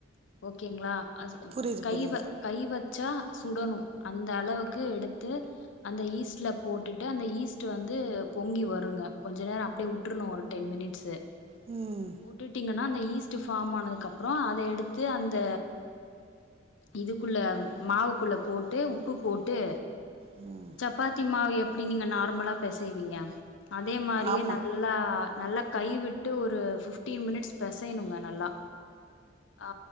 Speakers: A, on the left (about 70°); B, on the right (about 30°).
A: ஓகேங்ளா அது
B: புரியுது
A: கை
B: புரியுது
A: வ கை வச்சா சுடணு அந்த அளவுக்கு எடுத்து அந்த ஈஸ்ட்ல போட்டுட்டு அந்த ஈஸ்ட்டு வந்து பொங்கி வருங்க கொஞ்சநேரோ அப்டியே உட்ருணு ஒரு டென் மினிட்ஸு
B: ம்
A: உட்டுட்டீங்கனா அந்த ஈஸ்ட்டு ஃபாம் ஆனதுக்கப்றோ அத எடுத்து அந்த இதுக்குள்ள மாவுக்குள்ள போட்டு உப்பு போட்டு
B: ம்
A: சப்பாத்தி மாவு எப்டி நீ நார்முலா பெசைவீங்க அதே மாரியே
B: ஆமாம்
A: நல் லா நல்லா கைவிட்டு ஒரு ஃபிட்டீன் மினிட்ஸ் பெசையணுங்க நல்லா ஆ